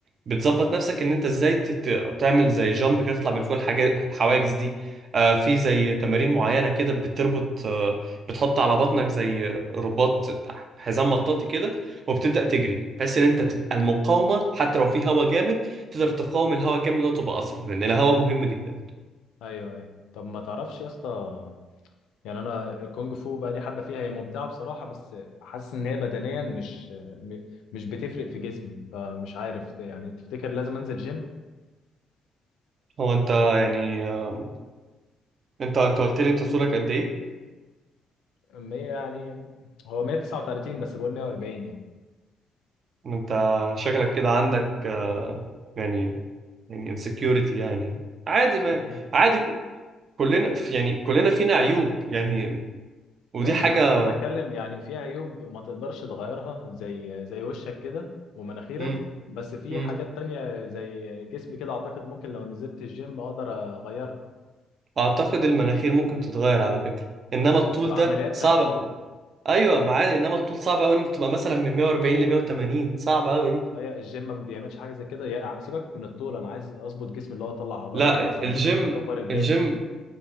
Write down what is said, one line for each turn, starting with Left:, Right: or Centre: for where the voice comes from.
Right: بتظبط نفسك ان انت ازاي تت... تعمل زي جامب كده تطلع من فوق الحاجات الحواجز دي آه في زي تمارين معينه كده بتربط آه بتحط على بطنك زي رباط حزام مطاطي كده وبتبدا تجري بحيث ان انت تبقى المقاومه حتى لو في هوا جامد تقدر تقاوم الهواء الجامد ده وتبقى اسرع لان الهواء مهم جدا
Left: ايوه ايوه طب ما تعرفش يا اسطى يعني انا الكونج فو بقى لي حبه فيها هي ممتعه بصراحه بس حاسس ان هي بدنيا مش م- مش بتفرق في جسمي فمش عارف ت- يعني تفتكر لازم انزل جيم
Right: هو انت يعني آه، انت انت قلت لي انت طولك قد ايه
Left: 100 يعني هو 139 بس بقول 140 يعني
Right: انت شكلك كده عندك آه، يعني يعني insecurity يعني عادي ما
Left: ليه
Right: عادي ك- كلنا في يعني كلنا فينا عيوب يعني ودي
Left: ماشي
Right: حاجة
Left: بس انا بتكلم يعني في عيوب ما تقدرش تغيرها زي زي وشك كده ومناخيرك
Right: مم.
Left: بس في
Right: مم.
Left: حاجات تانية زي جسمي كده اعتقد ممكن لو نزلت الجيم اقدر اغيرها
Right: اعتقد المناخير ممكن تتغير على فكرة انما الطول
Left: بس بعمليات
Right: ده صعب
Left: تجميل
Right: ايوه ما عادي انما الطول صعب قوي ان انت تبقى مثلا من 140 ل 180 صعب قوي دي
Left: هي الجيم ما بيعملش حاجه زي كده يا- سيبك من الطول انا عايز اظبط جسمي اللي هو اطلع عضلات
Right: لا
Left: مثلا
Right: الجيم
Left: اكبر البنج
Right: الجيم